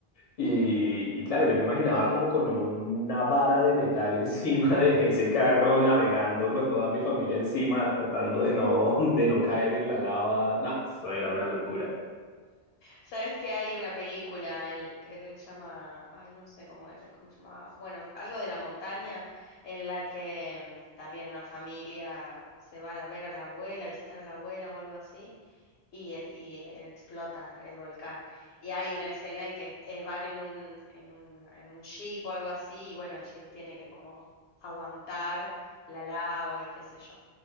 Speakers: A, on the left; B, on the left.
A: Y,
B: Mm.
A: y claro, yo me imaginaba como con una vara de metal <laughs> encima de ese carro navegando con toda mi familia encima, tratando de no, de no caer en la lava. No, eso era una locura.
B: Sabes que hay una película, el- creo que se llama, ay, no sé cómo era, cómo se llamaba, bueno, algo de la montaña, en la que mm, también una familia se va a ver a la abuela, a visitar a la abuela o algo así, y, es- y eh, explota el volcán. Y hay una escena en que eh, van en un, en un, en un jeep o algo así, y bueno, el jeep tiene que como aguantar la lava y qué sé yo.